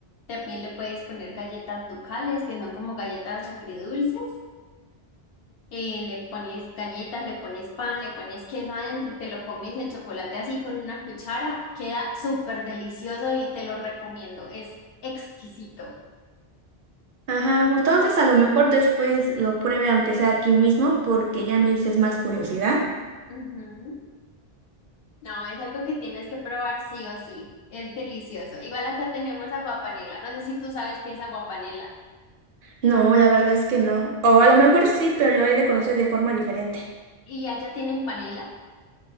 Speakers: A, on the left (about 70°); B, on the right (about 60°).
A: También le puedes poner galletas ducales, que son como galletas agridulces, eh, le pones galletas, le pones pan, le pones queso adentro y te lo comes el chocolate así con una cuchara. Queda súper delicioso y te lo recomiendo. Es exquisito.
B: Ajá, entonces a lo mejor después lo pruebe aunque sea aquí mismo porque ya me dices más curiosidad.
A: Ujú. No, es algo que tienes que probar sí o sí. Es delicioso. Igual acá tenemos aguapanela. No sé si tú sabes qué es aguapanela.
B: No, la verdad es que no. O a lo mejor sí, pero lo he de conocer de forma diferente.
A: ¿Y allá tienen panela?